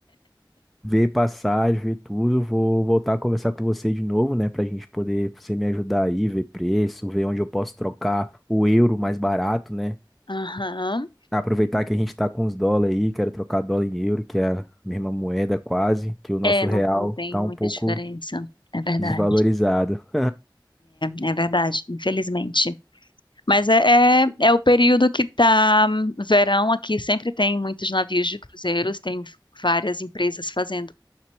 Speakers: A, in the centre; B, on the left.
A: ver passagem, ver tudo. Vou voltar a conversar com você de novo, né? Pra gente poder você me ajudar aí, ver preço, ver onde eu posso trocar o euro mais barato, né?
B: aham.
A: Aproveitar que a gente tá com os dólares aí, quero trocar dólar em euro, que é a mesma moeda quase, que o nosso
B: É,
A: real
B: não, não tem
A: tá
B: muita
A: um pouco
B: diferença, é verdade.
A: desvalorizado. <laughs>
B: É, é verdade, infelizmente. Mas é, é, é o período que tá hum, verão aqui, sempre tem muitos navios de cruzeiros, tem várias empresas fazendo,